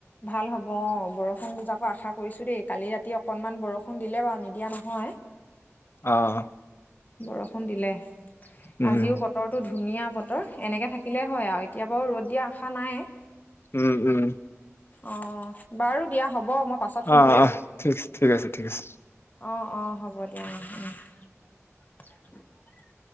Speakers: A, on the left (about 35°); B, on the left (about 55°).
A: ভাল হ'ব। অ, বৰষুণ দুজাকো আশা কৰিছো দেই কালি ৰাতি অকণমান বৰষুণ দিলে বাৰু নিদিয়া নহয়। হয়।
B: অ'।
A: বৰষুণ দিলে।
B: উম
A: আজিও বতৰটো ধুনীয়া বতৰ, এনেকে থাকিলে হয় আৰু এতিয়া বাৰু ৰ'দ দিয়া আশা নাই।
B: উম্ উম্।
A: অ' বাৰু দিয়া হ'ব। মই পাছত ফোন
B: অ
A: কৰিম,
B: অ ঠিক ঠিক আছে ঠিক আছে
A: অ' অ' হ'ব দিয়া অ'। <inaudible>